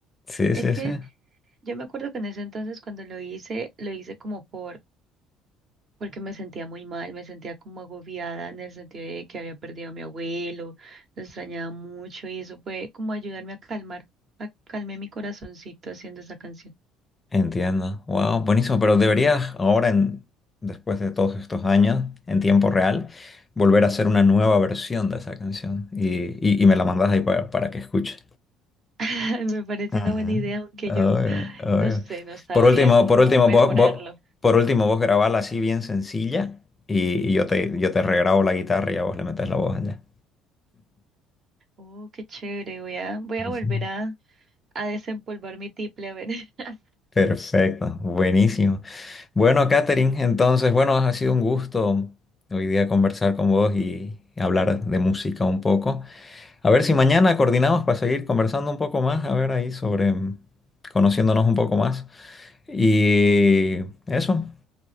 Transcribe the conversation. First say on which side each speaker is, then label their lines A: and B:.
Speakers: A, on the left; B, on the right.
A: sí,
B: Es
A: sí,
B: que
A: sí.
B: yo me acuerdo que en ese entonces cuando lo hice, lo hice como por porque me sentía muy mal, me sentía como agobiada en el sentido de que había perdido a mi abuelo, lo extrañaba mucho y eso fue como ayudarme a calmar, a calmé mi corazoncito haciendo esa canción.
A: Entiendo. Wow, buenísimo. Pero deberías ahora, en, después de todos estos años, en tiempo real, volver a hacer una nueva versión de esa canción y, y- y me la mandas ahí pa- para que escuche.
B: <laughs> Ay, Me parece
A: Ajá.
B: una buena idea, aunque
A: Obvio,
B: yo <gasps> <sighs>
A: obvio.
B: no sé, no sabría
A: Por último,
B: cómo
A: por último,
B: mejorarlo.
A: vos, vos- por último, vos grabala así bien sencilla y, y yo te, yo te regrabo la guitarra y a vos le metes la voz allá.
B: Oh, qué chévere, voy a, voy a
A: Ujú.
B: volver a, a desempolvar mi tiple, a ver. <laughs>
A: Perfecto, buenísimo. Bueno, Katherine, entonces, bueno, ha sido un gusto hoy día conversar con vos y hablar de música un poco. A ver si mañana coordinamos para seguir conversando un poco más, a ver ahí sobre, mm, conociéndonos un poco más. Y eso,